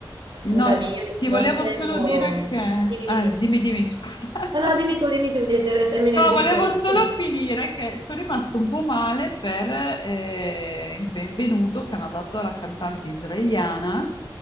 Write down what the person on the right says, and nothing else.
scusami,
io
non
seguo...
Dimmi,
dimmi.
No, no, dimmi tu, dimmi tu, di- ter- termina
il discorso.
<laughs>